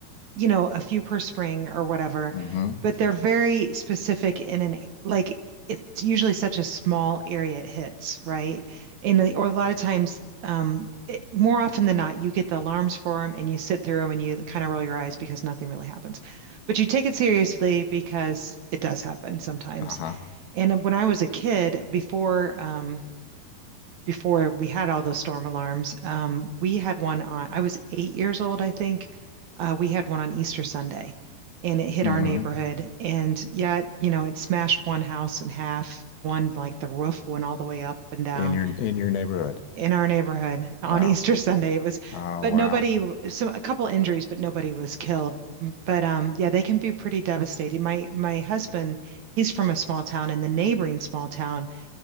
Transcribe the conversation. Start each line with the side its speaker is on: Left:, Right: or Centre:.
Right: you know, a few per spring or whatever,
Left: Mm-hmm.
Right: but they're very specific in an like it's usually such a small area it hits, right? And the- or a lot of times um it, more often than not you get the alarms for them and you sit through them and you kind of roll your eyes because nothing really happens. But you take it seriously because it does happen sometimes.
Left: Uh-huh.
Right: And when I was a kid, before um before we had all those storm alarms, um, we had one on, I was eight years old, I think. Uh, we had one on Easter Sunday and it hit
Left: Mm-hmm.
Right: our neighborhood. And yeah, it- you know, it smashed one house in half. One, like the roof went all the way up and down
Left: In your in your neighborhood.
Right: in our neighborhood on
Left: Wow.
Right: <laughs> Easter Sunday. It was,
Left: Oh,
Right: but
Left: wow.
Right: nobody, so a couple injuries, but nobody was killed. mm, But um, yeah, they can be pretty devastating. My my husband, he's from a small town, and the neighboring small town